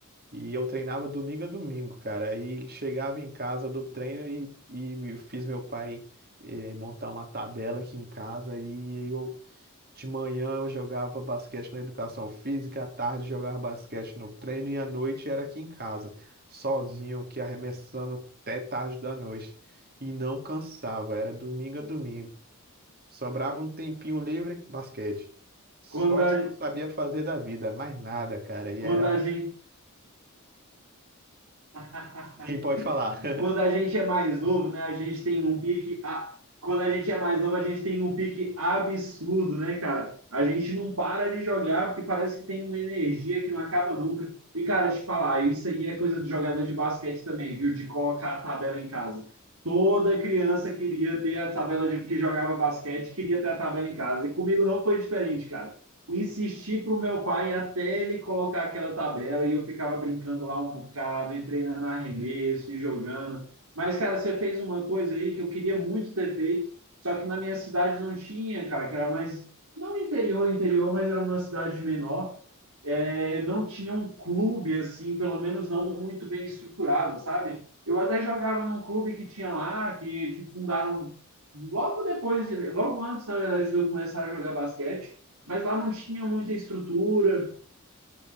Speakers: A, on the right; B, on the right.
A: E eu treinava domingo a domingo, cara. Aí chegava em casa do treino e, e fiz meu pai eh, montar uma tabela aqui em casa. E eu, de manhã eu jogava basquete na educação física, à tarde jogava basquete no treino e à noite era aqui em casa, sozinho, aqui arremessando até tarde da noite. E não cansava, era domingo a domingo. Sobrava um tempinho livre, basquete. Só
B: Quando
A: isso
B: a,
A: que eu sabia fazer da vida, mais nada, cara. E
B: quando
A: era
B: a
A: um.
B: gente. <laughs>
A: <laughs> Sim, pode falar. <laughs>
B: quando a gente é mais novo, né? A gente tem um pique. A... Quando a gente é mais novo, a gente tem um pique absurdo, né, cara? A gente não para de jogar porque parece que tem uma energia que não acaba nunca. E, cara, te falar, isso aí é coisa de jogador de basquete também, viu? De colocar a tabela em casa. Toda criança queria ter a tabela de que jogava basquete, queria ter a tabela em casa. E comigo não foi diferente, cara insisti pro meu pai até ele colocar aquela tabela e eu ficava brincando lá um bocado e treinando arremesso e jogando. Mas, cara, você fez uma coisa aí que eu queria muito ter feito, só que na minha cidade não tinha, cara, que era mais, não interior, interior, mas era uma cidade menor é, não tinha um clube assim, pelo menos não muito bem estruturado, sabe? Eu até jogava num clube que tinha lá, que, que fundaram logo depois, de- logo antes, na verdade, de eu começar a jogar basquete, mas lá não tinha muita estrutura,